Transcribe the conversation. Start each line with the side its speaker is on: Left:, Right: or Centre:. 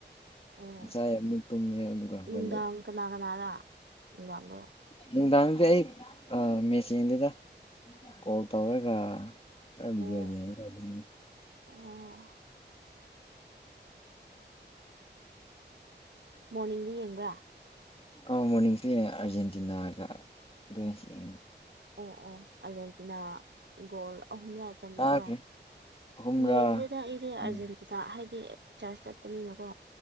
Right: ꯑꯣ
Left: ꯉꯁꯥꯏ ꯑꯃꯨꯛ ꯇꯨꯝꯃꯦ ꯑꯗꯨꯒ ꯍꯧꯒꯠꯂꯦ
Right: ꯅꯨꯡꯗꯥꯡ ꯀꯅꯥ ꯀꯅꯥꯔꯥ ꯅꯨꯡꯗꯥꯡꯗꯣ
Left: ꯅꯨꯡꯗꯥꯡꯗꯤ ꯑꯩ ꯑ ꯃꯦꯠꯁ ꯌꯦꯡꯗꯦꯗ ꯀꯣꯜ ꯇꯧꯔꯒ ꯈꯔ ꯚꯤꯗꯤꯌꯣ
Right: ꯑꯣ
Left: ꯌꯦꯡꯂꯒ ꯑꯗꯨꯝ
Right: ꯑꯣ ꯃꯣꯔꯅꯤꯡꯗꯤ ꯌꯦꯡꯕ꯭ꯔꯥ
Left: ꯑꯧ ꯃꯣꯔꯅꯤꯡꯁꯨ ꯌꯦꯡꯉꯦ ꯑꯥꯔꯖꯦꯟꯇꯤꯅꯥꯒ ꯑꯗꯨ <unintelligible>
Right: ꯑꯣ ꯑꯣ ꯑꯔꯖꯦꯟꯇꯤꯅꯥ ꯒꯣꯜ ꯑꯍꯨꯝꯂꯥ ꯆꯟꯕꯗꯣ
Left: ꯀꯥꯈ꯭ꯔꯦ ꯑꯍꯨꯝꯔꯥ
Right: ꯌꯦꯡꯗꯦꯗ ꯑꯩꯗꯤ
Left: ꯎꯝ
Right: ꯑꯥꯔꯖꯦꯟꯇꯤꯅ ꯍꯥꯏꯗꯤ ꯆꯥꯔꯖ ꯆꯠꯄꯅꯤꯅꯀꯣ